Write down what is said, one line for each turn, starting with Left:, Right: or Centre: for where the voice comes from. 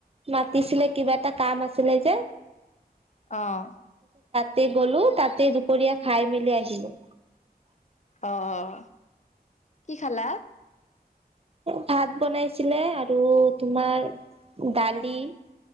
Right: মাতিছিলে কিবা এটা কাম আছিলে যে।
Left: অ'।
Right: তে গ'লো তাতে দুপৰীয়া খাই মেলি আহিলো।
Left: আহ কি খালা?
Right: ভাত বনাইছিলে আৰু তোমাৰ দালি